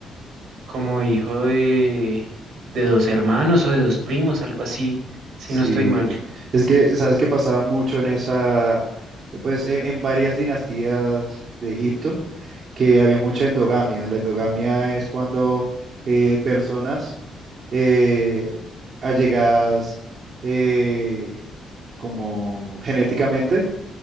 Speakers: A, on the right (about 65°); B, on the right (about 45°).
A: como hijo de, de dos hermanos o de dos primos, algo así, si
B: Sí,
A: no estoy mal.
B: es que, ¿sabes qué pasaba mucho en esa, eh, pues en, en varias dinastías de Egipto? que había mucha endogamia. La endogamia es cuando eh, personas eh, allegadas eh, como genéticamente